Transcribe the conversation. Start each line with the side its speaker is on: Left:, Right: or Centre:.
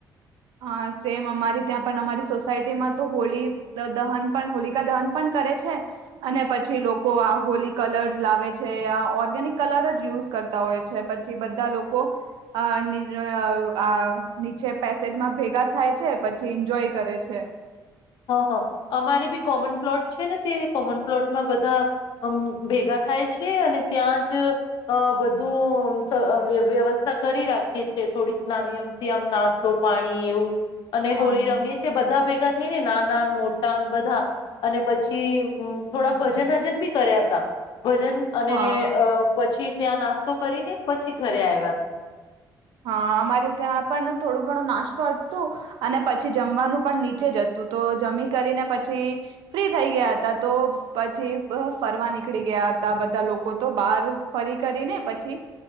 Right: હા સેમ અમારી ત્યાં પણ, અમારી સોસાયટીમાં તો હોળી દહન પણ હોલિકા દહન પણ કરે છે, અને પછી લોકો આ હોલી કલર્સ લાવે છે, આ ઓર્ગેનિક કલર જ યુઝ કરતા હોય છે પછી બધા લોકો અઅઅ નીચે સેજમાં ભેગા થાય છે. પછી ઈન્જોય કરે છે.
Left: હા હા અમારે બી કોમન પ્લોટ છે ને, તે કોમન પ્લોટમાં બધા અમ ભેગા થાય છે. અને ત્યાં જ બધું સર વ્યવસ્થા કરી રાખીએ છીએ થોડીક નાની અમથી આમ નાસ્તો, પાણી એવું અને
Right: હા
Left: હોળી રમીએ છીએ બધા ભેગા થઈ ને નાના મોટા બધા અને પછી થોડા ભજન બી કર્યા હતા. ભજન અને
Right: હા
Left: અ પ ત્યાં નાસ્તો કરીને પછી ઘરે આવ્યા હતા.
Right: હા અમારે ત્યાં પણ થોડું ઘણું નાસ્તો હત હતું અને પછી જમવાનું પણ નીચે જ હતું તો જમી કરીને પછી ફ્રી થઈ ગયા હતા તો પછી ફરવા નીકળી ગયા હતા બધા લોકો તો બહાર ફરી કરીને પછી